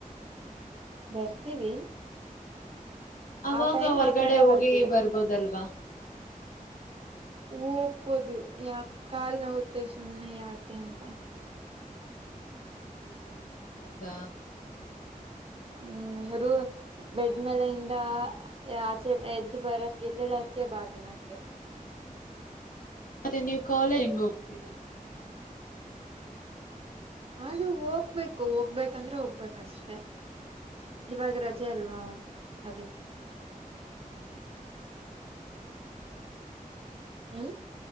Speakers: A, on the right; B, on the left.
A: ಬರ್ತೀವಿ
B: ಅವಾಗ
A: ಆ ಟೈಮ್
B: ಹೊರ್ಗಡೆ
A: ಮಾತ್ರನೇ
B: ಹೋಗಿ
A: ಬರ್ತೀವಿ ಅಷ್ಟೇ.
B: ಬರ್ಬೋದಲ್ವಾ
A: ಹೋಗ್ಬೋದು ಯಾಕ ಕಾಲ್ ನವುತ್ತೆ ಸುಮ್ನೆ ಯಾಕೆ ಅಂತ
B: ಹೂ ಹೌದಾ
A: ಹ್ಮ್ ರೂ ಬೆಡ್ಮೇಲೆಯಿಂದ ಆಚೆ ಎದ್ದು ಬರಕ ಎದ್ದಲ ಅದಕೆ ಬಾಳ ದಿನ ಬೆ
B: ಮತ್ತೆ ನೀವು ಕಾಲ ಹೆಂಗ ಹೋಗ್ತೀರಾ
A: ಅದು ಹೋಗ್ಬೇಕು ಹೋಗ್ಬೇಕಂದ್ರೆ ಹೋಗ್ಬೇಕಷ್ಟೆ ಇವಾಗ ರಜೆ ಅಲ್ವಾ ಅದೇ
B: ಹೋ ಅದಕ್ಕೆ
A: ಹ್ಮ್